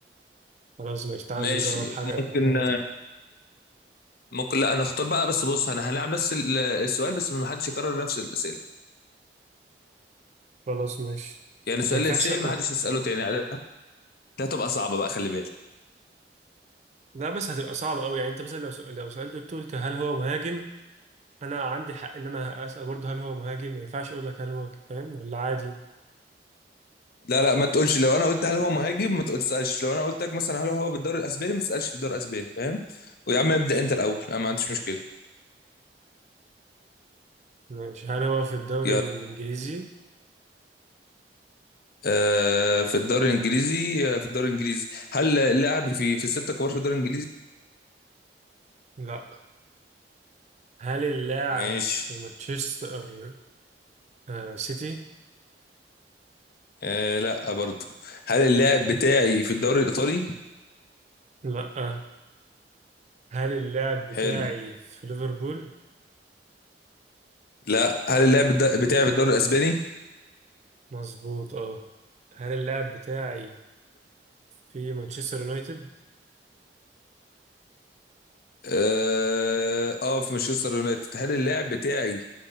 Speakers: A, on the right; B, on the left.
A: خلاص ماشي تعال
B: ماشي
A: نجرب حاجه
B: ممكن
A: حاجه تانية
B: ممكن لا انا اختار بقى بس بص انا هنلعب نفس ال- السؤال بس ما حدش يكرر نفس الاسئله
A: خلاص ماشي
B: يعني السؤال
A: ما ينفعش
B: اللي اتسال ما حدش يساله تاني ده ده هتبقى صعبه بقى خلي بالك
A: لا بس هتبقى صعب قوي يعني انت مثلا لو س- لو سالته قلت قلت هل هو مهاجم انا عندي حق ان انا اسال برضه هل هو مهاجم ما ينفعش اقول لك هل هو فاهم ولا عادي
B: لا لا ما تقولش لو انا قلت هل هو مهاجم ما تقولش تسالش لو انا قلت لك مثلا هل هو في الدوري الاسباني ما تسالش في الدوري الاسباني فاهم ويا عم ابدا انت الاول انا ما عنديش مشكله
A: ماشي هل هو في الدوري
B: يلا
A: الانجليزي
B: آه في الدوري الانجليزي آه في الدوري الانجليزي هل اللاعب في في الستة كبار في الدوري الانجليزي
A: لا هل اللاعب
B: ماشي
A: في مانشستر آه، سيتي
B: آه لا برضه هل اللاعب بتاعي في الدوري الايطالي
A: لا هل اللاعب
B: حلو
A: بتاعي في ليفربول؟
B: لا هل اللاعب ده- بتاعي في الدوري الاسباني
A: مظبوط اه هل اللاعب بتاعي في مانشستر يونايتد؟
B: اه آه، في مانشستر يونايتد هل اللاعب بتاعي